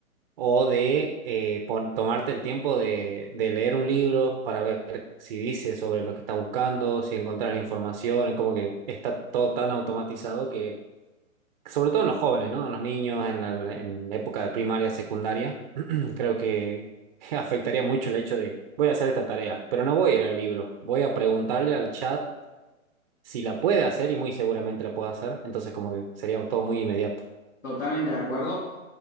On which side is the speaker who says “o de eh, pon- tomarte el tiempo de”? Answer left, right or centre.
Right